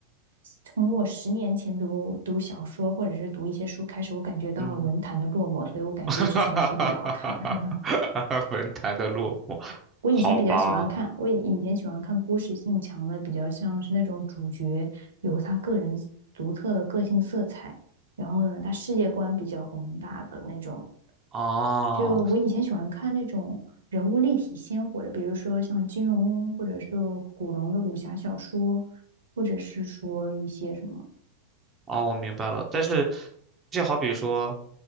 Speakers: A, on the right; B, on the right.
A: 从我十年前读读小说或者是读一些书开始，我感觉到了文坛的落寞，
B: 嗯，
A: 所以我感觉之前的书比较好看。
B: <laughs> 哈哈哈哈哈
A: <laughs>
B: 哈文坛的落寞，
A: 我以前比较喜欢看，
B: 好吧，
A: 我以前喜欢看故事性强的，比较像是那种主角有他个人独特的个性色彩，然后呢，他世界观比较宏大的那种。
B: 啊。
A: 就我以前喜欢看那种人物立体鲜活的，比如说像金庸或者是古龙的武侠小说，或者是说一些什么，
B: 哦，我明白了。但是，就好比说，